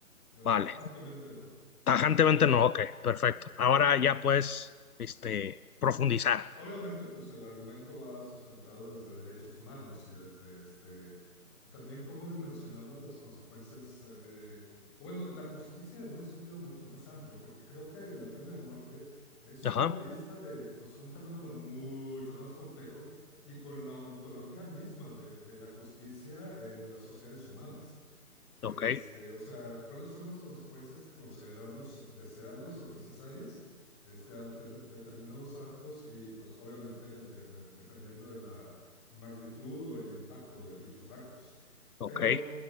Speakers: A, on the left; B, on the left.
A: vale.
B: tajantemente no.
A: Tajantemente no, ok, perfecto.
B: Sí, sí, sí, sí.
A: Ahora ya puedes, este, profundizar.
B: Obviamente, pues el argumento va sustentado desde derechos humanos y desde este también cómo dimensionamos las consecuencias, eh, o bueno, la justicia en un sentido mucho más amplio, porque creo que la pena de muerte es
A: Ajá,
B: una arista de pues un fenómeno mucho más complejo y con la ontología misma de, de la justicia en las sociedades humanas. Este,
A: ok,
B: o sea, ¿cuáles son las consecuencias que consideramos deseables o necesarias este, ante de- determinados actos y pues obviamente de- de- dependiendo de la magnitud o el impacto de dichos actos?
A: ok.
B: Pero,